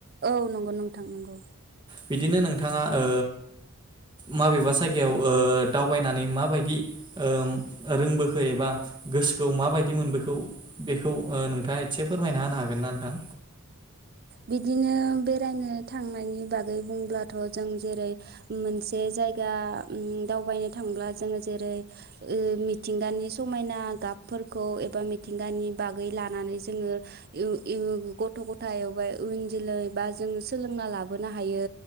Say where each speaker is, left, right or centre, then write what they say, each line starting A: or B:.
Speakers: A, on the right; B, on the right.
A: औ नंगौ नोंथां नंगौ।
B: बिदिनो नोंथाङा ओ माबेबा जायगायाव ओ दावबायनानै माबायदि ओम रोंबोखो एबा गोसोखौ माबायदि मोनबोखौ बेखौ ओ नोंथाङा एसे फोरमायना होनो हागोन ना नोंथां।
A: बिदिनो बेरायनो थांनायनि बागै बुंब्लाथ' जों जेरै मोनसे जायगा दावबायनो थांब्ला जोङो जेरै ओ मिथिंगानि समायना गाबफोरखौ एबा मिथिंगानि बागै लानानै जोङो इउ इउ ग गथ' गथाय एबा इयुन जोलै बा जोङो सोलोंना लाबोनो हायो